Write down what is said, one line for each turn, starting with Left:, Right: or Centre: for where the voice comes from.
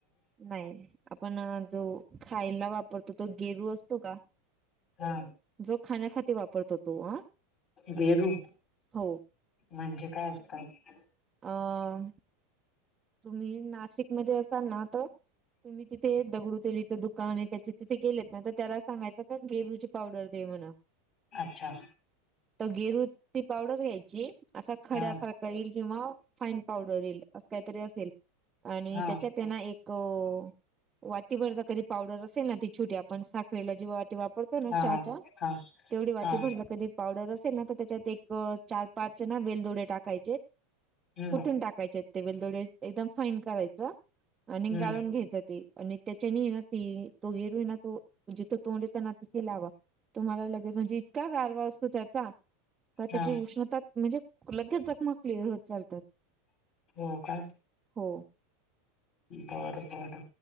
Right: नाही आपण जो खायला वापरतो त तो गेरू असतो का.
Left: हा.
Right: जो खाण्यासाठी वापरतो. तो अ
Left: गेरू,
Right: हो
Left: म्हणजे काय असतात?
Right: आ. तुम्ही नाशिकमध्येध्ये असाल ना तर. तुम्ही तिथे दगडू ते इथं दुकान आहे त्याचे तिथे गेलेत ना तर त्याला सांगायं गेरु. पावडर दे म्हणा.
Left: अच्छा!
Right: तर गेरूची पावडर घ्यायची असा खड्यासारख.
Left: हा
Right: येईल किंवा फाईन पावडर येईल असं काहीतरी असेल आणि
Left: हा
Right: त्याच्यात त्यांना एक. अ वाटीवरचा कधी पावडर असेल ना ती छोटी आपण साखरला जेव्हा वाटी वा. पडतो ना
Left: हा
Right: चहा
Left: हा
Right: च
Left: हा
Right: तेवढी वाटी
Left: हा
Right: भरत कधी. पावडर असेल ना तर त्याच्यात एक चार-पाच ना वेलदोडे टाकायचे.
Left: हम्म
Right: कुठून टाकायचे आहेत ते वेलदोडे एकदम फाईन करायचं. आणि
Left: हम्म
Right: गाळून घ्यायचं ते. आणि त्याच्याने ना ती तो गेरू आहे ना तो जिथं तोंड येत ना तिथे लावा. तुम्हाला लगेच म्हणजे इतका गारवा असतो त्याचा का
Left: हा
Right: त्याची उष्णता म्हणजे. लगेचकमकली हो चालतात.
Left: हो का?
Right: हो.
Left: बर बर